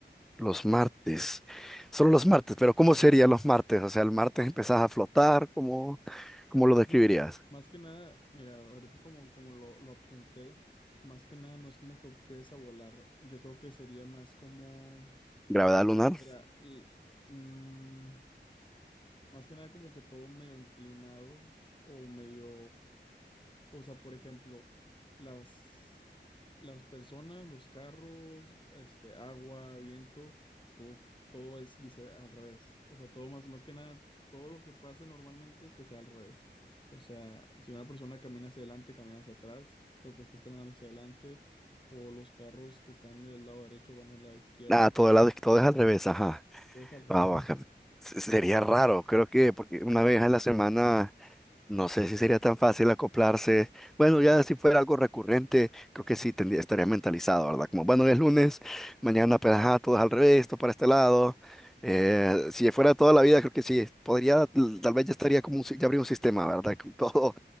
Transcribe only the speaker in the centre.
los martes. Solo los martes, pero ¿cómo serían los martes? O sea, el martes empezás a flotar, ¿cómo, cómo lo describirías?
¿Gravedad lunar?
Ah, todo, lado, todo es al revés, ajá.
Ah, baja. Se- Sería raro, creo que, porque una vez a la semana. No sé si sería tan fácil acoplarse. Bueno, ya si fuera algo recurrente, creo que sí tendría, estaría mentalizado, ¿verdad? Como, bueno, es lunes, mañana pues ajá, todo es al revés, todo para este lado. Eh, si fuera toda la vida, creo que sí, podría, l- tal vez ya estaría como, un si- ya habría un sistema, ¿verdad? Que Todo